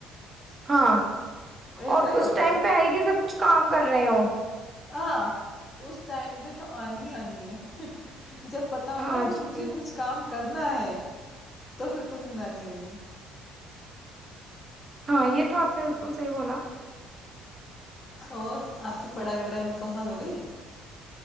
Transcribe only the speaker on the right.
ہاں
اور
اس
ٹائم
پہ آئے گی سب کام کر رہی ہوں
ہاں
جی
ہاں یہ تو آپ نے بلکل صحی بولا